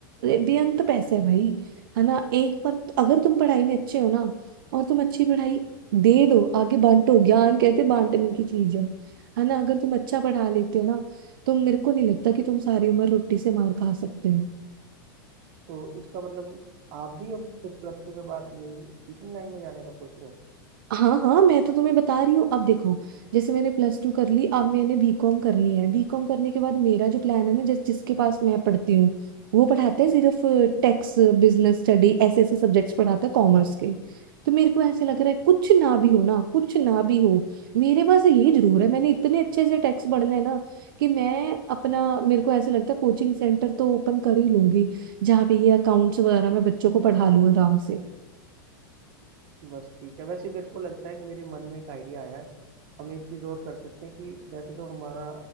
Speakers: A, on the right; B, on the right.
A: बेअंत पैसे हैं भाई है ना एक बार तो- अगर तुम पढ़ाई में अच्छे हो ना और तुम अच्छी पढ़ाई दे दो आगे बांटो ज्ञान कहते बांटने की चीज है है ना अगर तुम अच्छा पढ़ा लेते हो ना तो मेरे को नहीं लगता कि तुम सारी उम्र रोटी से मार खा सकते हो
B: तो इसका मतलब आप भी अब फिर प्लस टू के बाद यही टीचिंग लाइन में जाने का सोच रहे हो
A: हाँ हाँ मैं तो तुम्हें बता रही हूँ अब देखो जैसे मैंने प्लस टू कर ली अब मैंने बीकॉम करनी है बीकॉम करने के बाद मेरा जो प्लान है ना जिस जिसके पास मैं पढ़ती हूँ वो पढ़ाते हैं सिर्फ टैक्स बिजनेस स्टडी ऐसे ऐसे सब्जेक्ट्स पढ़ाता है कॉमर्स के तो मेरे को ऐसे लग रहा है कुछ ना भी हो ना कुछ ना भी हो मेरे पास ये जरूर है मैंने इतने अच्छे से टैक्स पढ़ना है ना कि मैं अपना मेरे को ऐसे लगता है कोचिंग सेंटर तो ओपन कर ही लूंगी जहाँ पे ये अकाउंट्स वगैरह मैं बच्चों को पढ़ा लूँ आराम से
B: बस ठीक है वैसे मेरे को लगता है कि मेरे मन में एक आइडिया आया है हम एक चीज़ और कर सकते हैं कि वैसे तो हमारा